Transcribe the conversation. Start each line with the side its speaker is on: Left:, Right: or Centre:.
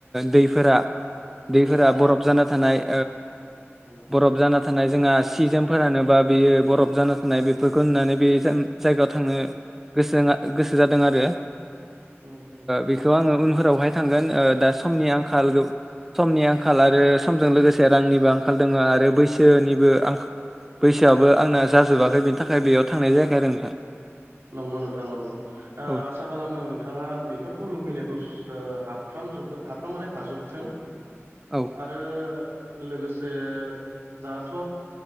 Centre: दैफोरा दैफोरा
Right: उम उम उम
Centre: बरफ जाना थानाय
Right: उम
Centre: बरफ जाना थानाय जोंहा सि - जोम फोरानोबा बेयो बरफ जाना थानाय बेफोरखौ नुनानै बे जायगायाव थांनो गोसो- गोसो जादों आरो
Right: उम उम उम
Centre: बेखौ आङो उनफोरावहाय थांगोन दा समनि आंखाल समनि आंखाल आरो समजों लोगोसे रांनिबो आंखाल दङ आरो बैसोनिबो आं बैसोआबो आंना जाजोबाखै बिनि थाखाय बेयाव थांनाय जायाखै आरो नोंथां।
Right: नंगौ नोंथां नंगौ आसा
Centre: औ
Right: खालामो नोंथाङा बेफोरखौ लुबैनायखौ। हाबफ्रामजोबगोन हाबफ्राम माने हाजोबथों
Centre: औ
Right: आरो। लोगोसे दाथ'